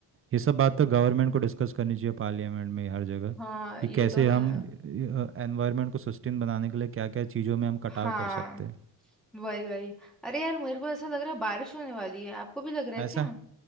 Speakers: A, on the right (about 35°); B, in the centre.
A: ये सब बात तो गवर्नमेंट को डिस्कस करनी चाहिए पार्लियामेंट में हर जगह
B: हाँ
A: कि
B: ये
A: कैसे
B: तो है
A: हम एनवायरनमेंट को सस्टेन बनाने के लिए क्या क्या चीज़ों में हम कटाव
B: हाँ
A: कर सकते हैं
B: वही वही अरे यार मेरे को ऐसा लग रहा है बारिश होने वाली है आपको भी लग रहा है
A: ऐसा
B: क्या